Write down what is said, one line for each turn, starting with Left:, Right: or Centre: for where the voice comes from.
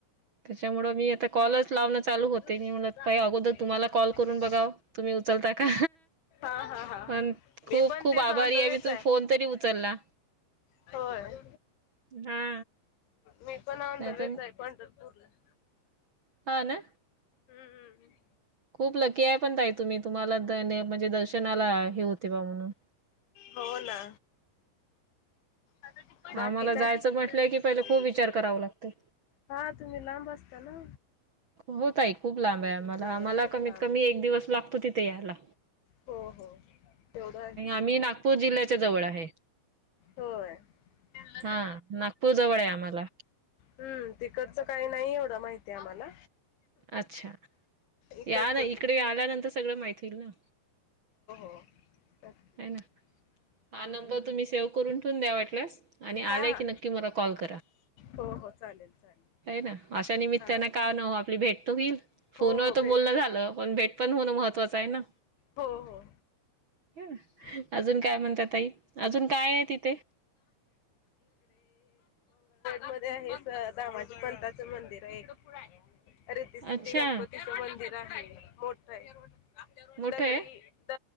Right: त्यामुळं मी आता कॉलच लावणं चालू होते.
Left: घरची
Right: मी म्हणल,
Left: जागा
Right: ताई अगोदर
Left: घेतली
Right: तुम्हाला
Left: आहे बा.
Right: कॉल
Left: हे
Right: करून बघाव
Left: बा.
Right: तुम्ही उचलता का?
Left: हा हा हा हा.
Right: पण खूप
Left: मी पण
Right: खूप
Left: तेच
Right: आभारी
Left: ऑन द
Right: आहे.
Left: वेच
Right: मी तुम्ही फोन तरी उचलला.
Left: होय,
Right: हा
Left: मी पण आंधळीच
Right: नाही तर
Left: आहे पंढर <unintelligible>
Right: हा ना.
Left: हम हम.
Right: खूप लकी आहे पण ताई तुम्ही तुम्हाला ते म्हणजे दर्शनाला हे होते बा म्हणून.
Left: हो ना. आता ती पण बाकी
Right: आम्हाला
Left: काय?
Right: जायचं
Left: पूर्ण
Right: म्हटलं
Left: झाली.
Right: की पहिले खूप विचार कराव लागतय.
Left: हा तुम्ही लांब असता ना.
Right: हो ताई खूप लांब आहे. आम्हाला
Left: तुमचं
Right: आम्हाला
Left: घर खूप
Right: कमीत
Left: लांब
Right: कमी
Left: आहे
Right: एक दिवस लागतो तिथे यायला.
Left: हो हो तेवढंच
Right: आम्ही नागपूर जिल्ह्याच्या जवळ आहे.
Left: होय फिरलं
Right: हा
Left: तर
Right: नागपूर जवळ आहे. आम्हाला
Left: हम तिकडचं काही नाही एवढं माहिती आम्हाला.
Right: अच्छा
Left: इकडचंच
Right: या ना इकडे आल्यानंतर सगळं माहित होईल ना.
Left: <unintelligible>
Right: आहे ना
Left: हम्म
Right: हा नंबर तुम्ही सेव्ह करून ठेवून द्या वाटल्यास आणि
Left: हा
Right: आला
Left: हा
Right: की नक्की मला कॉल करा.
Left: हो हो चालेल. चालेल
Right: हाय ना अशा निमित्तानें
Left: हा
Right: काना ओ आपली भेट तर होईल. फोनवर
Left: हो हो
Right: तर
Left: भेट
Right: बोलण झालं पण भेट पण होणं महत्वाचं आहे ना.
Left: हो हो
Right: <inaudible>
Left: <unintelligible>
Right: म्हणता ताई अजून काय आहे तिथे?
Left: मध्ये आहे दामाज पथाचं मंदिर आहे एक. रिती सिद्धी
Right: अच्छा
Left: गणपतीचं मंदिर आहे, मोठ आहे.
Right: मोठं
Left: दगडी
Right: आहे
Left: द